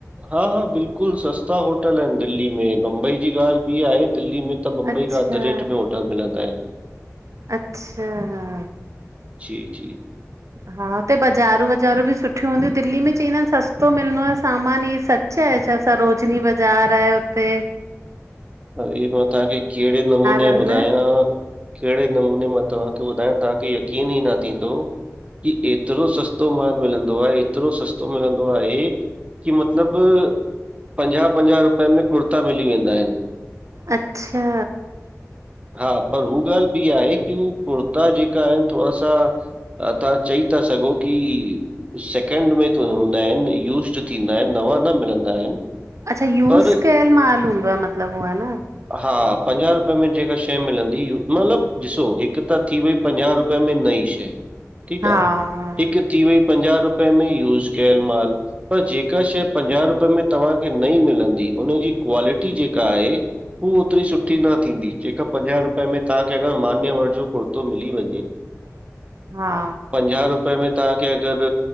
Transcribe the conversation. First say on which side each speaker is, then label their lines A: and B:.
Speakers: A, on the right (about 25°); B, on the right (about 65°).
A: हा- हा बिल्कुलु, सस्ता होटल आहिन दिल्ली में, बम्बई जी ॻाल्हि बि आहे। दिल्ली में त बम्बई
B: अच्छा
A: खां अधु रेट में होटल मिलंदा आहिन।
B: अच्छा!
A: जी- जी
B: हा हुते बज़ारूं वज़ारूं बि सुठियूं हूंदियूं, दिल्ली में चईंदा आहिन सस्तो मिलंदो आहे सामान ई स छा ए, छा हे असां सरोजनी बाज़ार आहे उते।
A: अङे मां तव्हांखे कहिड़े नमूने
B: आहिनि
A: ॿुधायां कहिड़े नमूने मां तव्हांखे ॿुधायां, तव्हांखे यकीन ई न थींदो कि एतिरो सस्तो माल मिलंदो आ, एतिरो सस्तो मिलंदो आहे कि मतिलब पंजाह पंजाहु रुपए में कुर्ता मिली वेंदा आहिन।
B: अच्छा
A: हा पर हू ॻाल्हि ॿी आहे कि हू कुर्ता जेका आहिन, थोङा सा तां चई सघो कि सेकड में हूंदा आहिन, यूज़ड थींदा आहिन, नवा न मिलंदा आहिनि,
B: अच्छा यूस
A: पर
B: कयल माल हूंदो आहे मतलबु उ आ न।
A: हा पंजाहु रुपे में जेका शै मिलंदी मतिलबु ॾिसो, हिकु त थी वई पंजाह रुपे में नई शै ठीकु
B: हा
A: आ, हिकु थी वई पंजाह रुपए में यूज़ कयल माल। पर जेका शै पंजाहु रुपये में तहांखे नई मिलंदी उनजी क्वालिटी जेका आहे हू ओतिरी सुठी न थींदी, जेका पंजाह रुपए में तहांखे अगर मान्यवर जो कुर्तो मिली वंञे
B: <inaudible> हा
A: पंजाहु रुपए में तवहांखे अगर